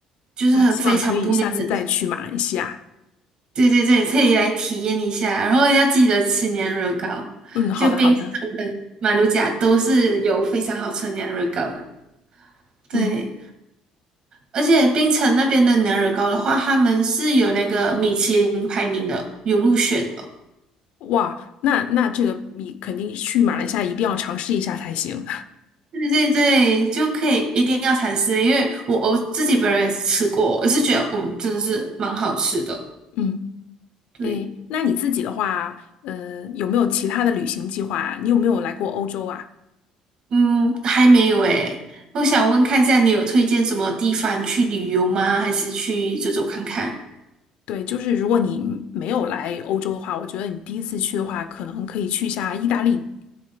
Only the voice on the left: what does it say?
那希望可以下次再去马来西亚。
嗯，好的好的。
嗯，
哇，那那这个你肯定去马来西亚一定要尝试一下才行。
<laughs> 嗯。
诶，那你自己的话，呃，有没有其他的旅行计划啊？你有没有来过欧洲啊？
对，就是如果你没有来欧洲的话，我觉得你第一次去的话，可能可以去一下意大利。